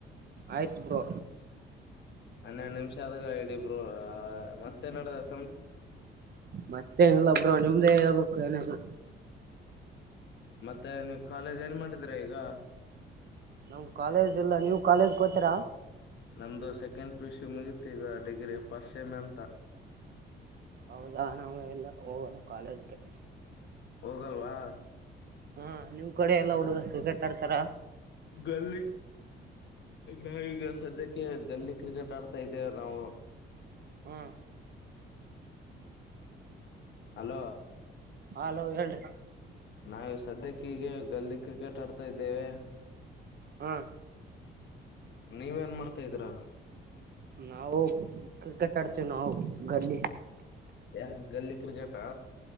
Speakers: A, on the right (about 50°); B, on the left (about 65°).
A: ಆಯ್ತು ಬ್ರೋ
B: - ಹನ್ನೆರಡ್ ನಿಮ್ಷ ಅದ ಬ್ರೊ ಮತ್ತೆ ನೆಡದದ್
A: ಮತ್ತೆ ಎನ್ ಇಲ್ಲ ಬ್ರೊ ನಿಮ್ದೇ ಹೇಳ್ಬೇಕು ಏನಾದ್ರೂ
B: ಮತ್ತೆ ನೀವು ಕಾಲೇಜ್ ಎಲ್ಲಿ ಮಾಡಿದ್ರಾ ಈಗ
A: ನಮ್ ಕಾಲೇಜ್ ಇಲ್ಲ ನೀವು ಕಾಲೇಜಗ ಹೋಗ್ತೀರಾ
B: ನಮ್ದು ಸೆಕೆಂಡ್ ಪಿಯುಸಿ ಮುಗತಿ ಈಗ ಡಿಗ್ರಿ ಫಸ್ಟ್ ಸೇಮಿ ಅಂತ
A: ಹೌದಾ ನಾವು ಎಲ್ಲ ಹೋಗಲ್ಲ ಕಾಲೇಜ್ಗೆ
B: ಹೋಗಲ್ವಾ
A: ಹಾ ನಿಮ್ ಕಡೆ ಎಲ್ಲಾ ಹುಡುಗರ ಕ್ರಿಕೆಟ್ ಆಡ್ತಾರ
B: ಗಲ್ಲಿ ನಾವ ಈಗ ಸದ್ಯಕ್ಕೆ ಗಲ್ಲಿ ಕ್ರಿಕೆಟ್ ಆಡ್ತಾ ಇದ್ದೇವೆ ನಾವು
A: ಹ್ಮ್
B: ಹಲೋ
A: ಹಲೋ ಹೇಳ್ರಿ
B: ನಾವ ಸದ್ಯಕ್ಕೆ ಹೀಗೆ ಗಲ್ಲಿ ಕ್ರಿಕೆಟ್ ಆಡ್ತಾ ಇದ್ದೇವೆ.
A: ಹಾ
B: ನೀವೇನ್ ಮಾಡ್ತಾ ಇದ್ದೀರಾ
A: ನಾವು ಕ್ರಿಕೆಟ್ ಆಡ್ತೀವಿ ನಾವು ಗಲ್ಲಿ
B: ಯ ಗಲ್ಲಿ ಕ್ರಿಕೆಟಾ